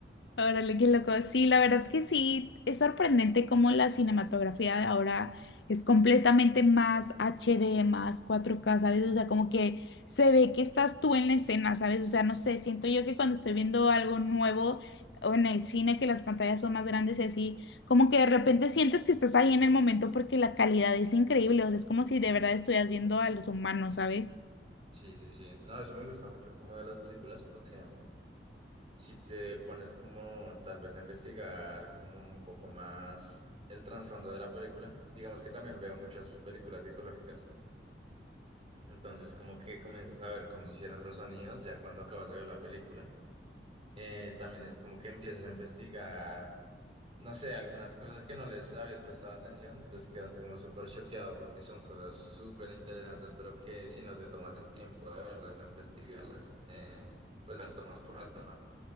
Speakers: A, on the left; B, on the right.
A: Órale, qué loco. Sí, la verdad que sí, es sorprendente cómo la cinematografía de ahora es completamente más H D más cuatro k ¿sabes? O sea, como que se ve que estás tú en la escena, ¿sabes? O sea, no sé, siento yo que cuando estoy viendo algo nuevo o en el cine, que las pantallas son más grandes y así, como que de repente sientes que estás ahí en el momento porque la calidad es increíble, o sea, es como si de verdad estuvieras viendo a los humanos, ¿sabes?
B: Sí, sí, sí, no, eso me gusta mucho como de las películas porque si te pones como tal vez a investigar como un poco más el trasfondo de la película, digamos que también veo muchas películas psicológicas. Entonces, como que comienzas a ver cómo hicieron los sonidos ya cuando acabas de ver la película. Eh, también es como que empiezas a investigar, no sé, algunas cosas que no les habías prestado atención, entonces quedas como súper choqueado porque son cosas súper interesantes, pero que si no te tomas el tiempo de verlas, de investigarlas, eh, pues las tomas por alto, ¿no?